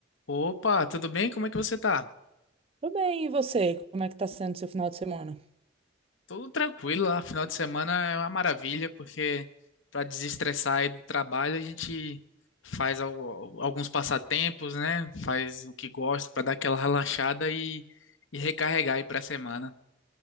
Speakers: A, on the left; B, on the right.
A: Opa, tudo bem? Como é que você tá?
B: Tudo bem, e você? Como é que tá sendo seu final de semana?
A: Tudo tranquilo lá. Final de semana é uma maravilha, porque para desestressar aí do trabalho, a gente faz al- alguns passatempos, né? Faz o que gosta para dar aquela relaxada e, e recarregar aí pra semana.